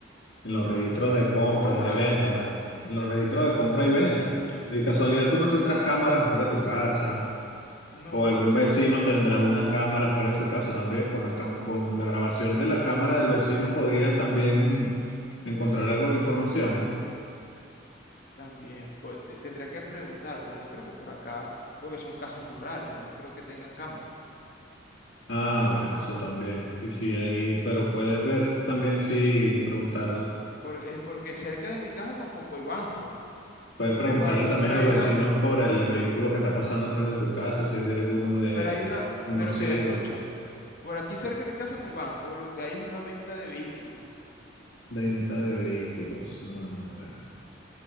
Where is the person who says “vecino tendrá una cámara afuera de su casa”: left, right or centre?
Left